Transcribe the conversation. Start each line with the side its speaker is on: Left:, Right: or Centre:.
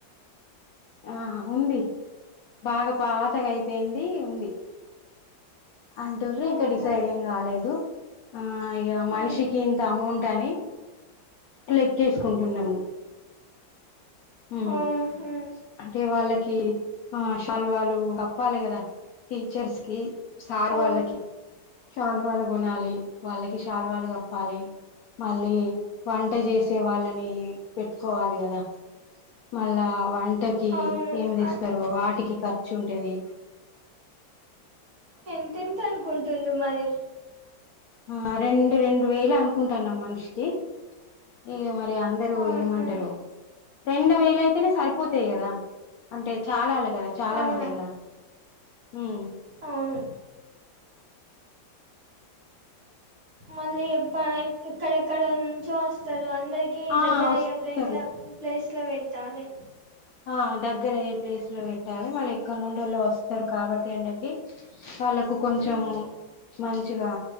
Left: ఆ ఉంది బాగా పాతగా అయిపోయింది ఉంది అంటుండ్రు ఇంకా
Right: ఓహో
Left: డిసైడ్ ఏం కాలేదు ఆ ఇగ మనిషికి
Right: ఉమ్,
Left: ఇంత అమౌన్ టనీ లెక్కేసుకుంటున్నము
Right: ఉమ్,
Left: మ్మ్
Right: ఓహో
Left: అంటే వాళ్ళకి ఆష్ శాల్వాలు కప్పాలి కదా టీచర్స్ కి సార్
Right: అవును
Left: వాళ్ళకి షాల్వాలు కొనాలి వాళ్ళకి షాల్వాలు కప్పాలి, మళ్ళీ వంట చేసే వాళ్ళని పెట్టుకోవాలి కదా మళ్ళా వంట కి
Right: అవును
Left: ఏమి తెస్తారో
Right: ఆ,
Left: వాటికి ఖర్చుంటది
Right: ఎంతెంత అనుకుంటుడు మరి
Left: ఆ రెండు రెం డు వేలు అనుకుంటాన్నం మనిషికి ఇగ మ రి అందరూ
Right: ఆహా
Left: ఏమంటరో రెండు వేలు అయితేనే సరిపోతాయి కదా అంటే చాలాల కదా. చాలా
Right: అవునా
Left: మంది కదా ఉమ్
Right: అవును మళ్ళీ చెప్తలే ఎక్కడెక్కడ నుంచో వస్తరు అన్ దరికి
Left: ఆ
Right: దగ్గర
Left: వస్తారు
Right: అయ్యే ప్లేట్ల ప్లేస్ ట్ల వెట్టాలె
Left: ఆ దగ్గరయ్యే ప్లేస్ లో పెట్టాలి మళ్ళ ఎక్కడ నుండోళ్ళో వస్తారు కాబట్టి ఎండకి వాళ్ళకు కొంచెం
Right: ఉమ్,
Left: మంచిగా